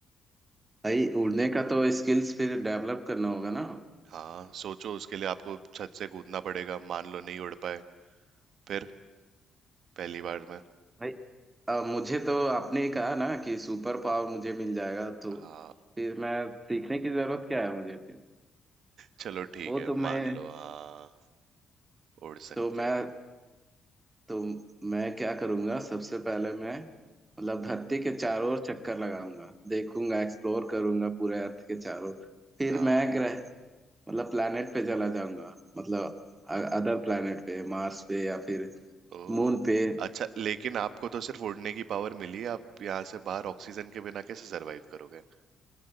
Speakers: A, on the right; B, on the right.
A: भाई उड़ने का तो स्किल्स फिर डेवलप करना होगा ना
B: हाँ सोचो उसके लिए आपको छत से कूदना पड़ेगा मान लो नहीं उड़ पाए फिर पहली बार में
A: भाई। अब मुझे तो आपने ही कहा ना कि सुपर पावर मुझे मिल जाएगा तो
B: हाँ
A: फिर मैं सीखने की जरूरत क्या है मुझे फिर
B: चलो ठीक
A: वो
B: है
A: तो मैं
B: मान लो हाँ उड़ सकते
A: तो मैं
B: हो
A: तो मैं क्या करूंगा सबसे पहले मैं मतलब धरती के चारों ओर चक्कर लगाऊंगा देखूंगा एक्सप्लोर करूंगा पूरे अर्थ के चारों फिर
B: हाँ
A: मैं ग्रह मतलब planet पे चला जाऊंगा मतलब अदर planet पे मार्स पे या फिर
B: ओ
A: मून पे
B: अच्छा लेकिन आपको तो सिर्फ उड़ने की पावर मिली है, आप यहाँ से बाहर ऑक्सीजन के बिना कैसे सरवाइव करोगे